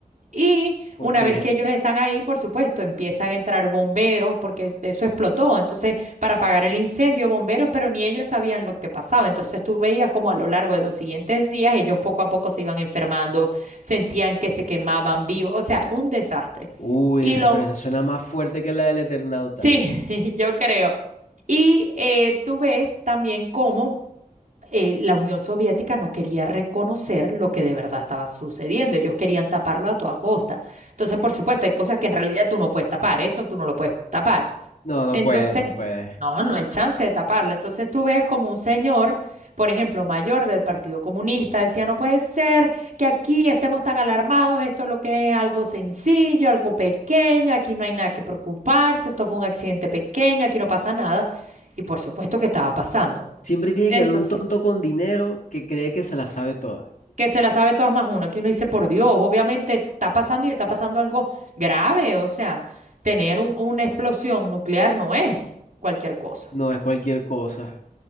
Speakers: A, on the right; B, on the left.
A: Y
B: Ok.
A: una vez que ellos están ahí, por supuesto, empiezan a entrar bomberos porque eso explotó. Entonces, para apagar el incendio, bomberos, pero ni ellos sabían lo que pasaba. Entonces, tú veías como a lo largo de los siguientes días, ellos poco a poco se iban enfermando, sentían que se quemaban vivos. O sea, un desastre.
B: Uy,
A: Y
B: ese-
A: lo,
B: pero esa suena más fuerte que la del Eternauta.
A: sí, <laughs> yo creo. Y eh, tú ves también cómo eh, la Unión Soviética no quería reconocer lo que de verdad estaba sucediendo. Ellos querían taparlo a toda costa. Entonces, por supuesto, hay cosas que en realidad tú no puedes tapar. Eso tú no lo puedes tapar.
B: No, no
A: Entonces,
B: puedes, no puedes.
A: no, no hay chance de taparlo. Entonces tú ves como un señor, por ejemplo, mayor del Partido Comunista, decía, no puede ser que aquí estemos tan alarmados. Esto es lo que es algo sencillo, algo pequeño. Aquí no hay nada que preocuparse. Esto fue un accidente pequeño. Aquí no pasa nada. Y por supuesto que estaba pasando.
B: Siempre tiene
A: Entonces...
B: que haber un tonto con dinero que cree que se la sabe toda.
A: que se la sabe todas más uno, que uno dice, por Dios, obviamente está pasando y está pasando algo grave, o sea, tener un- una explosión nuclear no es cualquier cosa.
B: No es cualquier cosa.